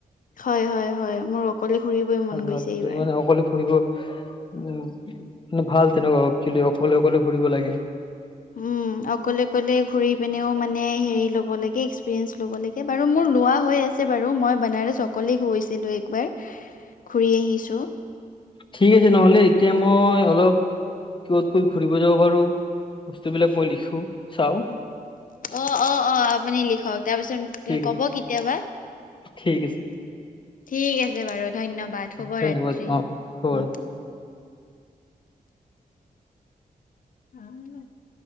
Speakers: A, on the left; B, on the left.
A: হয়, হয়, হয়, মোৰ অকলে ঘুৰিবই
B: ভাল
A: মন
B: ভাল
A: গৈছে
B: তুমি
A: এইবাৰ।
B: মানে অকলে ফুৰিব উ, কিন্তু ভাল তেনেকুৱা এক্সলি অকলে অকলে ঘুৰিব লাগে।
A: উম। অকলে কলে ঘুৰি পিনেও মানে হেৰি ল'ব লাগে এক্সপিৰিয়েন্ঞ্চ ল'ব লাগে বাৰু মোৰ লোৱা হৈ আছে। আছে বাৰু মই বনাৰস অকলেই গৈছিলো একবাৰ ঘুৰি আহিছো।
B: ঠিক আছে নহ'লে এতিয়া মই অলপ ক'ত ক'ত ঘূৰিব যাব পাৰো বস্তুবিলাক মই লিখো চাওঁ।
A: অ', অ', অ', আপুনি লিখক তাৰপিছত
B: ঠিক
A: কব
B: আছে
A: কেতিয়াবা।
B: ঠিক আছে
A: ঠিক আছে বাৰু ধন্যবাদ শুভৰাত্ৰি।
B: ধন্যবাদ অ' হব।
A: উম। <inaudible>